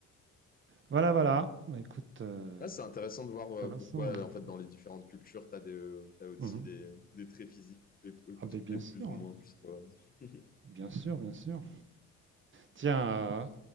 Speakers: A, on the right; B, on the left.
A: Voilà, voilà.
B: Mm.
A: Bah, écoute, euh,
B: Ouais, c'est intéressant de voir
A: c'est
B: euh,
A: intéressant.
B: pourquoi,
A: hein.
B: en fait, dans les différentes cultures, t'as des, euh, t'as aussi
A: Mhm.
B: des, des traits physiques qui, plaît- euh,
A: Ah, ben,
B: qui plaient
A: bien
B: plus
A: sûr,
B: ou
A: hein.
B: moins. Je sais pas. <laughs>
A: Bien sûr, bien sûr. Tiens, euh,